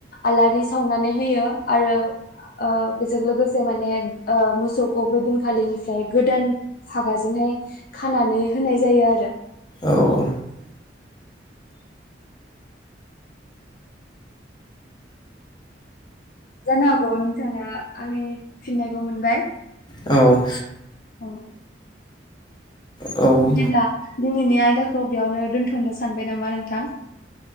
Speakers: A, on the left (about 55°); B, on the left (about 25°).
A: आलारि सावनानै नै होयो आरो बेजों लोगोसे <unintelligible> माने ओ मोसौखौ बे दिन खालिनिफ्राय गोदान फागाजोंहाय खानानै होनाय जायो आरो।
B: औ ओ
A: जानो हागौ नोंथाङा आंनि फिननायखौ मोनबाय।
B: औ
A: औ
B: औ
A: बिदिब्ला दिनैनि आयदाखौ बेयावनो दोन्थ'नो सानबाय नामा नोंथां?